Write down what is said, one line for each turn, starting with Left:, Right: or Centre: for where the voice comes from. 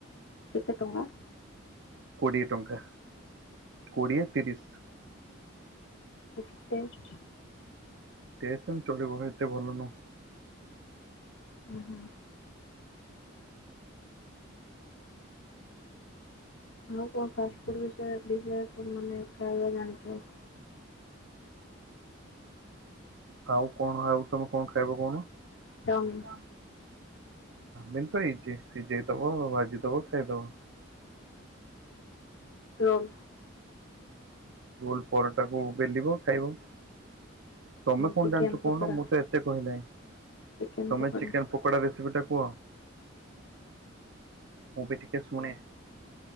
Left: କେତେ ଟଙ୍କା?
Right: କୋଡ଼ିଏ ଟଙ୍କା, କୋଡ଼ିଏ, ତିରିଶ।
Left: କି ଟେଷ୍ଟ!
Right: ଟେଷ୍ଟ ସେମ୍ ଚଳିବ କାଇଁ ଏତେ ଭଲ ନୁହଁ।
Left: ହୁଁ ହୁଁ। ମୁଁ କଁ ଫାଷ୍ଟଫୁଡ୍ ବିଷୟରେ ଅଧିକା ମାନେ ଖାଇବା ଜାଣିଛି?
Right: ଆଉ କଣ ଆଉ ତମେ କଁ ଖାଇବ କହୁନ,
Left: ଚାଉମିିନ,
Right: କଣ? ମେନ୍ ତ ଇଜି ସିଜେଇ ଦବ ଭାଜି ଦବ ଖାଇଦବ।
Left: ରୋଲ
Right: ରୋଲ ପରଟାକୁ ବେଲିବ ଖାଇବ। ତମେ କଣ
Left: ଚିକେନ
Right: ଜାଣିଛ କହୁନ
Left: ପକୋଡା,
Right: ମୁଁ ତ ଏତେ କହିଲଣିି
Left: ଚିକେନ
Right: ତମେ
Left: ପକୋଡା,
Right: ଚିକେନ୍ ପକୋଡ଼ା ରେ ରେସିପିଟା କୁହ ମୁଁ ବି ଟିକେ ଶୁଣେ?